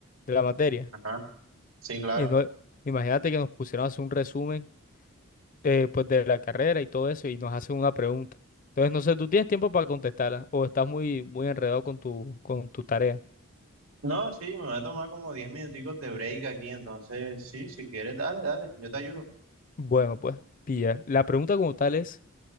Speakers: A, on the left; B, on the right.
A: de la materia.
B: Ajá, sí, claro.
A: Y no, imagínate que nos pusieron a hacer un resumen eh, pues de la carrera y todo eso y nos hacen una pregunta. Entonces, no sé, ¿tú tienes tiempo para contestarla o estás muy, muy enredado con tu, con tu tarea?
B: No, sí, me va a tomar como diez minuticos de break aquí, entonces, sí, si quieres, dale, dale, yo te ayudo.
A: Bueno, pues, pilla. La pregunta como tal es...